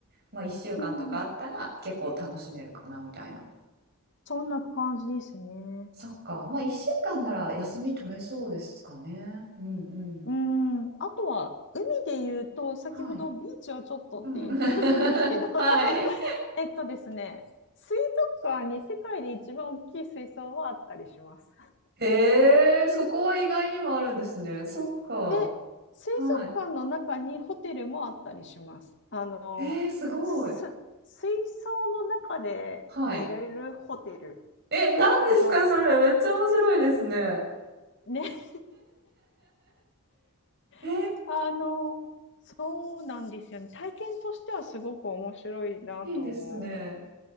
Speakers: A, on the right; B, on the left.
A: まあ1週間とかあったら結構楽しめるかなみたいな。
B: うん、そんな感じですね。
A: そっか。まあ1週間なら休み取れそうですかね。うんうん。
B: うん、あとは海で言うと、先ほどビーチはちょっとって言ったんですけど、
A: はい。うん。<laughs>
B: <laughs>
A: はい。
B: えっとですね、水族館に世界で一番大きい水槽はあったりします。
A: へえ、そこは意外にもあるんですね。そっか。
B: で、水族館の中にホテルもあったりします。
A: はい。
B: あの、
A: えー、すごい。
B: す水槽の中で寝れるホテル
A: はい。え、何ですかそれ。
B: が
A: めっちゃ面白いですね。
B: ね、
A: え
B: <laughs> あの、そうなんですよね。体験としてはすごく面白いなと思う。
A: ー、いいですね。